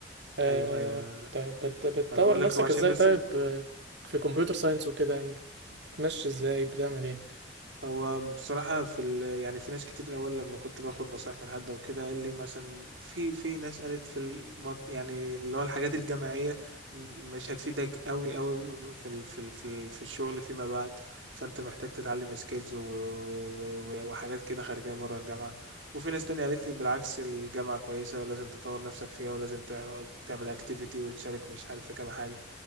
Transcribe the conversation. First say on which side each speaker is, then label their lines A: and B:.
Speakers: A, on the right (about 65°); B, on the right (about 85°).
A: آه...
B: ايوه ايوه انا
A: طيب بت... بتطور
B: ما انا بقول لك
A: نفسك
B: هو عشان
A: ازاي
B: بس
A: طيب آه، في كمبيوتر ساينس وكده يعني بتمشي ازاي بتعمل ايه؟
B: هو بصراحة في ال... يعني في ناس كتير الأول لما كنت باخد نصايح من حد أو كده قال لي مثلا في في ناس قالت في الم... يعني اللي هو الحاجات الجماعية م- مش هتفيدك أوي أوي في ال... في ال... في, ال... في الشغل فيما بعد فأنت محتاج تتعلم سكيلز و... و... و... و- وحاجات كده خارجية بره الجامعة وفي ناس تانية قالت لي بالعكس الجامعة كويسة لازم تطور نفسك فيها ولازم تع- تعمل أكتيفيتي وتشارك مش عارف في كام حاجة